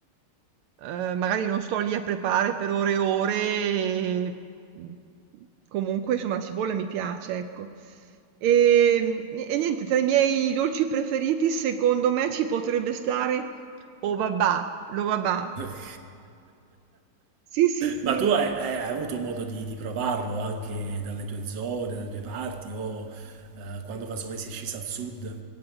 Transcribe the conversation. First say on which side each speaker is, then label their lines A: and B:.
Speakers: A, on the right; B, on the right.
A: Ehm, magari non sto lì a preparare per ore e ore e mhmm, comunque insomma la cipolla mi piace, ecco. Ehm, ni e niente, tra i miei dolci preferiti secondo me ci potrebbe stare o babà, lo babà.
B: <laughs>
A: Sì, sì, sì.
B: Ma tu hai, hai- hai avuto modo di, di provarlo anche dalle tue zone, dalle tue parti o eh, quando casomai sei scesa al sud?